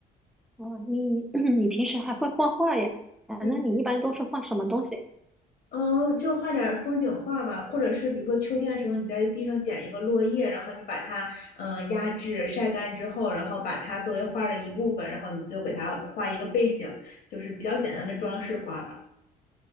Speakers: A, in the centre; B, on the left.
A: 哦，你 <clears throat> 你平时还会画画呀？啊，
B: 嗯。
A: 那你一般都是画什么东西？
B: 嗯，就画点儿风景画吧，或者是比如说秋天的时候，你在地上捡一个落叶，然后你把它嗯呃压制晒干之后，然后把它作为画儿的一部分，然后你就给它画一个背景，就是比较简单的装饰画吧。